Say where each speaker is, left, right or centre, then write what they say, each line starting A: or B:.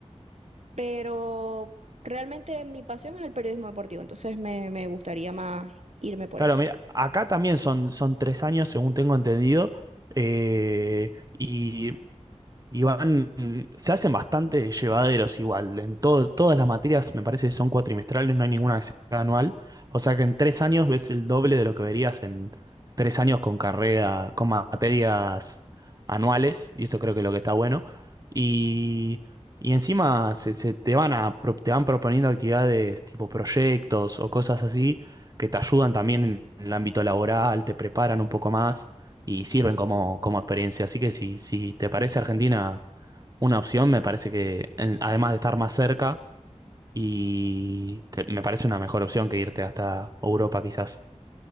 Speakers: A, on the right; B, on the right.
A: pero realmente mi pasión es el periodismo deportivo, entonces me, me gustaría más irme por
B: Claro,
A: eso.
B: mira, acá también son, son tres años, según tengo entendido, eh, y y van, se hacen bastante llevaderos igual. En todo, todas las materias me parece que son cuatrimestrales, no hay ninguna que sea anual. O sea que en tres años ves el doble de lo que verías en tres años con carrera, con materias anuales, y eso creo que es lo que está bueno. Y, y encima se, se te van a, pro- te van proponiendo actividades tipo proyectos o cosas así que te ayudan también en el ámbito laboral, te preparan un poco más y sirven como, como experiencia. Así que si, si te parece Argentina una opción, me parece que en- además de estar más cerca y te- me parece una mejor opción que irte hasta Europa quizás.